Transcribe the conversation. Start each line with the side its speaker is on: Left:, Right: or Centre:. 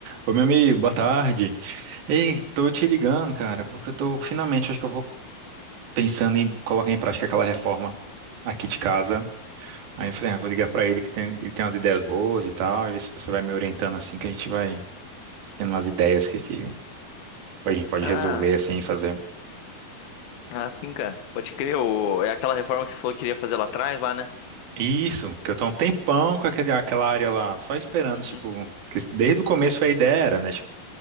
Right: Oi, meu amigo, boa tarde. Ei, tô te ligando, cara, porque eu tô finalmente, acho que eu vou pensando em colocar em prática aquela reforma aqui de casa. Aí eu falei, ah, vou ligar pra ele que tem, ele tem umas ideias boas e tal, e ver se você vai me orientando assim, que a gente vai tendo umas ideias que, que a gente pode
Left: Ah,
Right: resolver assim e fazer.
Left: ah, sim, cara. Pode crer. O... É aquela reforma que você falou que queria fazer lá atrás, lá, né?
Right: Isso, que eu tô há um tempão com aquele, aquela área lá, só esperando,
Left: Uhum.
Right: tipo, que isso- desde o começo foi a ideia era, né? Tipo,